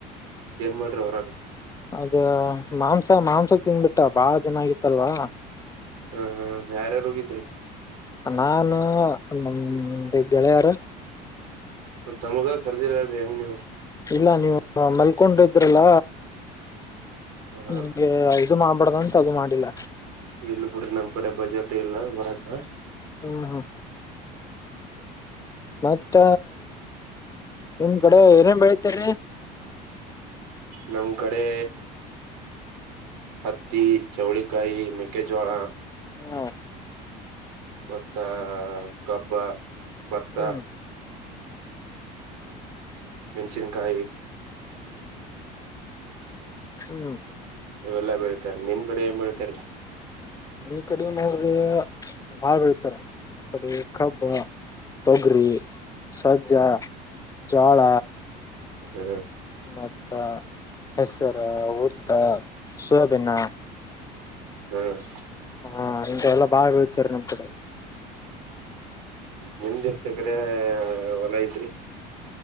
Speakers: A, on the right; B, on the left.
A: ಏನ್ ಮಾಡ್ರಿ ಹೊರಾಗ
B: ಅದ ಮಾಂಸ ಮಾಂಸದ ತಿನ್ಬಿಟ್ಟ ಬಾಳ ದಿನ ಆಗಿತ್ತಲ್ವಾ
A: ಹ್ಮ ಹ್ಮ ಯಾರಾರು ಹೋಗಿದ್ರಿ
B: ನಾನ ನಮ್ ಗೆಳೆಯಾರ
A: ಮ ತಮಗ ಖರ್ದಿರ್ದೆ ಹೆಂಗ ನೀವು
B: ಇಲ್ಲ ನೀವು ಮಲ್ಕೊಂಡ ಇದ್ರಲ್ಲ
A: ಹ
B: ನಿಮ್ಗೆ ಇದು ಮಾಡ್ಬಡ್ದಂತ ಅದು ಮಾಡಿಲ್ಲ
A: ಇಲ್ ಬಿಡ್ರಿ ನಮ್ ಕಡೆ ಬಜೆಟ್ ಇಲ್ಲಬರಕ್ಕ
B: ಹ್ಮ್ ಹ್ಮ್ ಮತ್ತ ನಿಮ್ ಕಡೆ ಏನೇನ್ ಬೆಳಿತರಿ
A: ನಮ್ ಕಡೆ ಹತ್ತಿ ಚೌಳಿಕಾಯಿ ಮೆಕ್ಕೆಜೋಳ
B: ಹ್ಮ
A: ಮತ್ತ ಕಬ್ಬ ಭತ್ತ
B: ಹ್ಮ್
A: ಮೆಣ್ಸಿನ್ಕಾಯಿ
B: ಹ್ಮ್
A: ಇವೆಲ್ಲ ಬೆಳಿತಾರೆ ನಿಮ್ ಕಡೆ ಏನ್ ಬೆಳಿತಾರೆ
B: ಮ ಕಡೆ ನೋಡ್ರೆ ಬಾಳ್ ಬೆಳೀತಾರಾ ಕಬ್ಬ ತೊಗರಿ ಸಜ್ಜಾ ಜೋಳ
A: ಹ್ಮ್ ಹ್ಮ
B: ಮತ್ತ ಹೆಸರು ಉದ್ದ ಸೋಬಿನ
A: ಹ್ಮ್
B: ಹಾ ಇಂತಾವೆಲ್ಲ ಬಾಳಾ ಬೆಳೀತಾರೆ ನಮ್ ಕಡೆ
A: ನಿಮ್ದೇಷ್ಟ ಏಕರೆ ಹೊಲ ಐತ್ರಿ